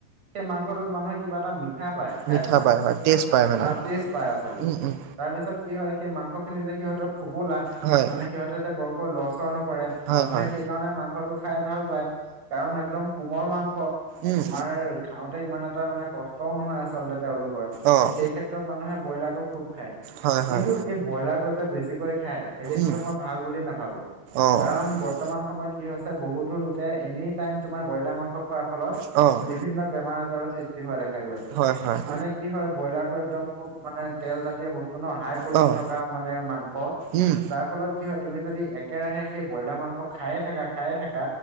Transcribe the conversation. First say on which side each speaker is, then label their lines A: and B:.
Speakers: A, on the right (about 35°); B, on the right (about 65°).
A: সেই মাংসটোত মানুহে কিবা এটা মিঠা পায় খাই
B: মিঠা
A: পেলাই
B: পায়
A: আ
B: হয়, টেষ্ট পায় মানে।
A: আহ টেষ্ট পায় আচলতে।
B: উম, উম,
A: তাৰ পিছত কি হয় সেই মাংসখিনি যে সিহঁতৰ ফোপোলা
B: হয়।
A: মানে সিহঁতে যে বৰকৈ লৰচৰ নকৰে,
B: হয়,
A: মানুহে
B: হয়, হয়।
A: সেইকাৰণে মাংসটো খাই ভাল পায়। কাৰণ একদম কোমল মাং স,
B: উম।
A: তোমাৰ খাওঁতে ইমান এটা মানে কষ্টও নহয় আচলতে তেওঁলোকৰ
B: অ',
A: সেই ক্ষে ত্ৰত মানুহে ব্ৰইলাৰটো খুব খায়।
B: হয়, হয়,
A: কিন্তু এই ব্ৰইলাৰটো যে বেছিকৈ খায় এইটো কিন্তু
B: উম,
A: মই ভাল বুলি নাভাবো।
B: অ'।
A: কাৰণ বৰ্তমান সময়ত কি হৈছে? বহুতো লোকে এনি টাইম তোমাৰ ব্ৰইলাৰ মাংস খোৱাত ফলত
B: অ',
A: বিভিন্ন বেমাৰ - আজাৰৰ সৃষ্টি হোৱা দেখা গৈছে
B: হয়, হয়,
A: মানে কি হয় হে ব্ৰইলাৰটো একদম খুব মানে তেল জাতীয় বস্তু ন, হাই প্ৰটিন
B: অ',
A: থকা মানে মাংস
B: উম,
A: যাৰ ফলত কি হয় তুমি যদি এক একেৰাহে সেই ব্ৰইলাৰ মাংস খায়ে থাকা খায়ে থাকা,